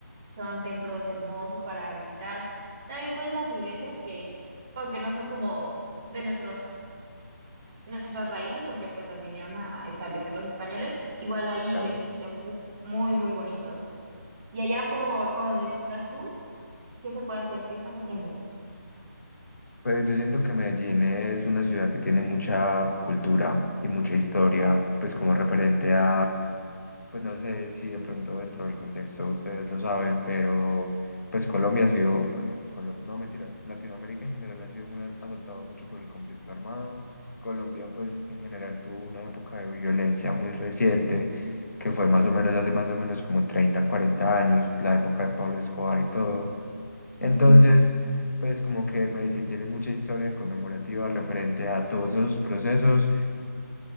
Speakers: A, on the right (about 15°); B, on the left (about 65°).
A: Son templos hermosos para visitar. También pues las iglesias que, aunque no son como de nuestros nuestras raíces, porque pues las vinieron a establecer los españoles, igual hay
B: Claro.
A: iglesias y templos muy, muy bonitos. Y allá por, por donde estás tú, ¿qué se puede hacer? ¿Qué estás haciendo?
B: Pues yo siento que Medellín es una ciudad que tiene mucha cultura y mucha historia, pues como referente a Pues no sé si de pronto dentro del contexto ustedes lo saben, pero pues Colombia ha sido, bueno, Colo- no mentiras, Latinoamérica en general ha sido muy a- azotado mucho por el conflicto armado. Colombia pues en general tuvo una época de violencia muy reciente, que fue más o menos hace más o menos como 30 40 años, la época de Pablo Escobar y todo. Entonces,
A: Ujú.
B: pues como que Medellín tiene mucha historia conmemorativa referente a todos esos procesos